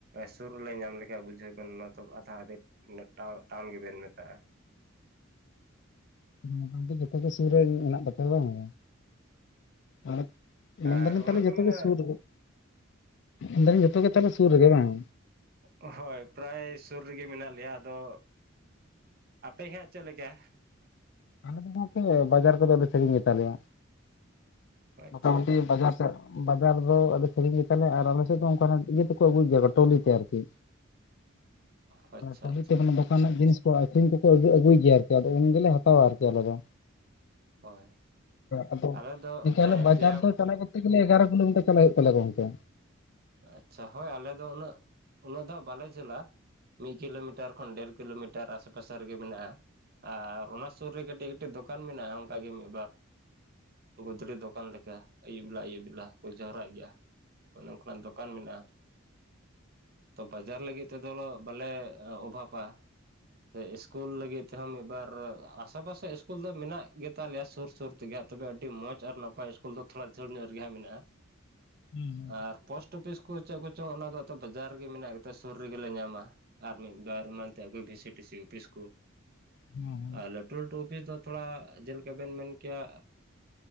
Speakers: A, on the right; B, on the left.
A: ᱥᱩᱨ ᱨᱮᱞᱮ ᱧᱟᱢ ᱞᱮᱠᱷᱟᱡ ᱵᱩᱡᱷᱟᱹᱣ ᱵᱮᱱ᱾ ᱚᱱᱟ ᱛᱚ ᱟᱫᱷᱟ ᱟᱫᱷᱮ ᱴᱟᱣᱩᱱ ᱜᱮᱵᱮᱱ ᱢᱮᱛᱟᱜᱼᱟ᱾
B: ᱢᱳᱴᱟᱢᱩᱴᱤ ᱡᱚᱛᱚ ᱜᱮ ᱥᱩᱨ ᱨᱮ ᱢᱮᱱᱟᱜ ᱛᱟᱯᱮᱭᱟ ᱵᱟᱝᱼᱟ? ᱟᱨ
A: ᱟᱨ
B: ᱢᱮᱞᱫᱟᱹᱞᱤᱧ
A: ᱚᱱᱟ
B: ᱛᱟᱦᱚᱞᱮ
A: ᱠᱚ
B: ᱡᱚᱛᱚ
A: ᱢᱮᱱᱟ
B: ᱜᱮ ᱥᱩᱨ ᱨᱮᱜᱮ ᱢᱮᱱ ᱫᱟᱹᱧ ᱡᱚᱛᱚ ᱜᱮ ᱛᱟᱦᱚᱞᱮ ᱥᱩᱨ ᱨᱮᱜᱮ ᱵᱟᱝ?
A: ᱦᱳᱭ ᱯᱨᱟᱭ ᱥᱩᱨ ᱨᱮᱜᱮ ᱢᱮᱱᱟᱜ ᱞᱮᱭᱟ ᱟᱫᱚ ᱟᱯᱮ ᱜᱮ ᱦᱚᱸ ᱪᱮᱫ ᱞᱮᱠᱟ᱾
B: ᱟᱞᱮ ᱫᱚᱱᱟᱜ ᱠᱮ ᱵᱟᱡᱟᱨ ᱠᱚᱫᱚ ᱥᱟᱹᱜᱤᱧ ᱜᱮ ᱛᱟᱞᱮᱭᱟ᱾
A: ᱟᱪᱪᱷᱟ
B: ᱢᱚᱴᱟᱢᱩᱴᱤ ᱵᱟᱡᱟᱨ ᱵᱟᱡᱟᱨ ᱫᱚ ᱟᱹᱰᱤ ᱥᱟᱜᱤᱧ ᱜᱮ ᱛᱟᱞᱮ ᱟᱨ ᱟᱞᱮᱥᱮᱫ ᱫᱚ ᱚᱱᱠᱟ ᱱᱟᱜ ᱤᱭᱟᱹ ᱛᱮᱠᱚ ᱟᱹᱜᱩᱭᱟ ᱴᱚᱞᱤ ᱛᱮ ᱟᱨᱠᱤ᱾
A: <unintelligible> ᱟᱪᱪᱷᱟ
B: ᱯᱟᱹᱦᱤᱞ
A: ᱟᱪᱪᱷᱟ
B: ᱛᱮ ᱫᱚᱠᱟᱱ ᱨᱮᱱᱟᱜ ᱡᱤᱱᱤᱥ ᱠᱚ ᱟᱹᱠᱷᱨᱤᱧ ᱠᱚᱠᱚ ᱟᱹ ᱟᱹᱜᱩᱭ ᱜᱮᱭᱟ ᱟᱹᱨᱠᱤ᱾ ᱟᱫᱚ ᱩᱱ ᱜᱮᱞᱮ ᱦᱟᱛᱟᱣᱟ᱾ ᱦᱟᱛᱟᱣᱟ ᱟᱨᱠᱤ ᱟᱞᱮ ᱫᱚ᱾
A: ᱦᱳᱭ
B: ᱟᱫᱚ
A: ᱟᱞᱮ ᱫᱚ
B: ᱛᱟᱦᱞᱮ
A: ᱦᱮᱸ
B: ᱵᱟᱡᱟᱨ
A: ᱯᱮᱭᱟ
B: ᱫᱚ ᱪᱟᱞᱟᱜ ᱮᱜᱟᱨᱳ ᱠᱤᱞᱳᱢᱤᱴᱟᱨ ᱪᱟᱞᱟᱜ ᱦᱩᱭᱩᱜ ᱛᱟᱞᱮᱭᱟ ᱜᱚᱢᱠᱮ᱾
A: ᱟᱪᱪᱷᱟ ᱦᱳᱭ ᱟᱞᱮ ᱫᱚ ᱩᱱᱟᱹᱜ ᱩᱱᱟᱹᱜ ᱫᱚ ᱦᱟᱸᱜ᱾ ᱵᱟᱞᱮ ᱡᱷᱮᱞᱟ ᱢᱤᱫ ᱠᱤᱞᱳᱢᱤᱴᱟᱨ ᱠᱷᱚᱱ ᱰᱷᱮᱨ ᱠᱤᱞᱳᱢᱤᱴᱟᱨ ᱟᱥᱮ ᱯᱟᱥᱮ ᱨᱮᱜᱮ ᱢᱮᱱᱟᱜᱼᱟ ᱟᱨ ᱚᱱᱟ ᱥᱩᱨ ᱨᱮ ᱠᱟᱹᱴᱤᱡ ᱠᱟᱹᱴᱤᱡ ᱫᱚᱠᱟᱱ ᱢᱮᱱᱟᱜᱼᱟ᱾ ᱚᱱᱠᱟᱜ ᱜᱮ ᱢᱤᱫ ᱵᱟᱨ᱾ ᱜᱩᱫᱽᱲᱤ ᱫᱚᱠᱟᱱ ᱞᱮᱠᱟ᱾ ᱟᱹᱭᱩᱵ ᱵᱮᱞᱟ ᱟᱹᱭᱩᱵ ᱵᱮᱞᱟ ᱠᱚ ᱡᱟᱣᱨᱟᱜ ᱜᱮᱭᱟ᱾ ᱛᱚ ᱚᱱᱮ ᱫᱚᱠᱟᱱ ᱢᱮᱱᱟᱜᱼᱟ ᱛᱚ᱾ ᱵᱟᱡᱟᱨ ᱞᱟᱹᱜᱤᱫ ᱛᱮᱫᱚ ᱵᱟᱞᱮ ᱚᱵᱷᱟᱵᱟ ᱥᱮ ᱤᱥᱠᱩᱞ ᱞᱟᱹᱜᱤᱫ ᱛᱮᱦᱚᱸ ᱢᱤᱫ ᱵᱟᱨ ᱟᱥᱮ ᱯᱟᱥᱮ ᱤᱥᱠᱩᱞ ᱫᱚ ᱢᱮᱱᱟᱜ ᱜᱮ ᱛᱟᱞᱮᱭᱟ᱾ ᱥᱩᱨ ᱥᱩᱨ ᱛᱮᱜᱮ ᱛᱚᱵᱮ ᱟᱹᱰᱤ ᱢᱚᱡᱽ ᱟᱨ ᱱᱟᱯᱟᱭ ᱤᱥᱠᱩᱞ ᱩᱞ ᱫᱚ ᱛᱷᱚᱲᱟ ᱡᱷᱟᱹᱞ ᱧᱚᱜ ᱨᱮᱜᱮ ᱦᱟᱸᱜ ᱢᱮᱱᱟᱜᱼᱟ᱾
B: ᱦᱩᱸ
A: ᱟᱨ ᱯᱳᱥᱴ ᱚᱯᱷᱤᱥ ᱠᱚ ᱪᱮᱫ ᱠᱚᱪᱚᱝ᱾ ᱚᱱᱟ ᱫᱚ ᱛᱚ ᱵᱟᱡᱟᱨ ᱨᱮᱜᱮ ᱢᱮᱱᱟᱜ ᱜᱮᱛᱚ ᱥᱩᱨ ᱨᱮᱜᱮᱞᱮ ᱧᱟᱢᱟ᱾ ᱟᱨ ᱢᱤᱫ ᱵᱟᱨ ᱮᱢᱟᱱᱛᱮ ᱵᱤ ᱥᱤ ᱰᱤ ᱥᱤ ᱚᱯᱷᱤᱥ ᱠᱚ᱾
B: ᱦᱩᱸ
A: ᱟᱨ ᱞᱟᱹᱴᱩ ᱞᱟᱹᱴᱩ ᱚᱯᱷᱤᱥ ᱫᱚ ᱛᱷᱚᱲᱟ ᱪᱮᱫ ᱞᱮᱠᱟ ᱵᱮᱱ ᱢᱮᱱ ᱠᱮᱭᱟ